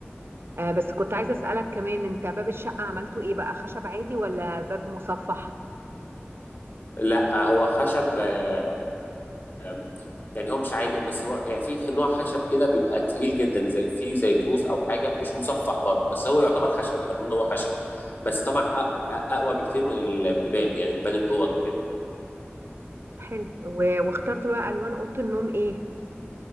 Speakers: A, on the right (about 65°); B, on the left (about 50°).
A: آه بس كنت عايزه اسالك كمان انت باب الشقه عملته ايه بقى خشب عادي ولا باب مصفح
B: لا هو خشب آه، آه، يعني هو مش عادي بس هو يعني في نوع خشب كده بيبقى تقيل جدا زي في زي بروز أو حاجة مش مصفح برضه بس هو يعتبر خشب نقدر نقول إن هو خشب بس طبعا أ- أ- أقوى بكتير من البيبان يعني بيبان الأوض وكده
A: طب حلو و... واخترت بقى الوان اوضه النوم ايه